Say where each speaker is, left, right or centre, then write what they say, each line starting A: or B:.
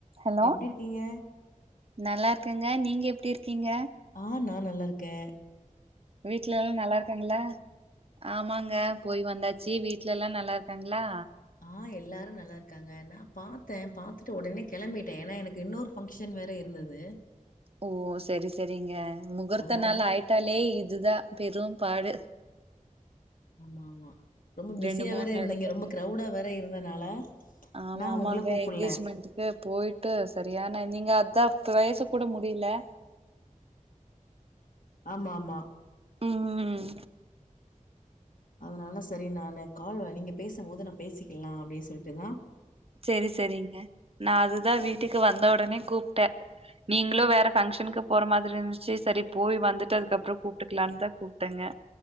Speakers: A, on the right (about 45°); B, on the left (about 80°).
A: Hello
B: எப்டி இருக்கீங்க
A: நல்லா இருக்கேங்க நீங்க எப்டி இருக்கீங்க
B: ஆஹ் நா நல்லா இருக்கேன்
A: வீட்ல எல்லாம் நல்லா இருக்காங்கள ஆமாங்க போயி வந்தாச்சு வீட்ல எல்லாம் நல்லா இருக்காங்களா
B: ஆஹ் எல்லாரும் நல்லா இருக்காங்க நா பாத்தேன் பாத்துட்டு உடனே கிளம்பிட்டேன் ஏன்னா எனக்கு இன்னொரு ஃபங்க்ஷன் வேற இரு ந்தது
A: ஓ சேரி சேரிங்க முகூர்த்த
B: அதனால
A: நாள் ஆயிட்டாலே இதுதான் பெரும் பாடு
B: ஆமா ஆமா ரொம்ப பிஸியா
A: ரெண்டு மூணு
B: வேற இருந்தீங்க
A: எடத்துல
B: ரொம்ப க்ரௌடா வேற இருந்தனால
A: ஆமா
B: நா
A: ஆமாங்க
B: உங்கள கூப்புட்ல
A: என்ங்கேஜ்மெண்டுக்கு போயிட்டு சரியான நீங்க அதான் பேச கூட முடிய அப்டியில்ல
B: ஆமா ஆமா
A: உம்
B: அதனால சரி நான் கால்வலிங்க பேசும்போது நா பேசிக்கலாம் அப்படின்னு சொல்லிட்டுதான்
A: சேரி சேரிங்க நா அதுதான் வீட்டுக்கு வந்த உடனே கூப்ட்டே நீங்களும் வேற பங்க்ஷனுக்கு போற மாதிரி இருந்துச்சு சரி போய் வந்துட்டு அதுக்கப்புறம் கூப் கூப்ட்டுக்கலான்தான் கூப்ட்டேங்க